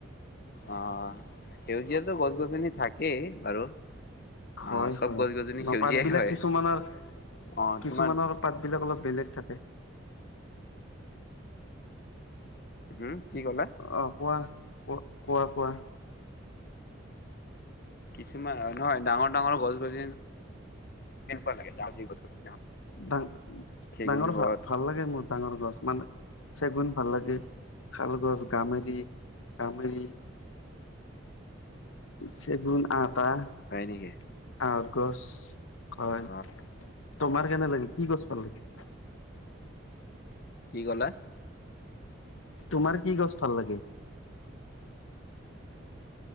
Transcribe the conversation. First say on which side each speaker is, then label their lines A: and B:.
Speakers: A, on the left; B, on the left.
A: অ সেউজীয় গছ গছনি থাকে বাৰু।
B: হয়
A: আহ চব
B: হয়
A: গছ গছনি
B: ন
A: সেউজীয়াই
B: পাত বিলাক
A: হয়
B: কিছুমানৰ
A: অ
B: কিছুমানৰ
A: তোমাৰ
B: পাত বিলাক অলপ বেলেগ থাকে।
A: হম। কি ক'লা
B: অ', কোৱা। ক-কোৱা কোৱা।
A: কিছুমান নহয়, ডাঙৰ ডাঙৰ গছ গছনি, তেনেকুৱা লাগে <unintelligible>
B: ডা-ডাঙৰ
A: চেগুন
B: ভাল,
A: গছ
B: ভাল লাগে মোৰ ডাঙৰ গছ, মানে চেগুন ভাল লাগে। শাল গছ, গামেৰি, গামেৰি, চেগুন আঠ <unintelligible>
A: হয় নেকি
B: গছ। হয়।
A: অ
B: তোমাৰ? কেনে লাগে, কি গছ ভাল লাগে?
A: কি ক'লা?
B: তোমাৰ কি গছ ভাল লাগে?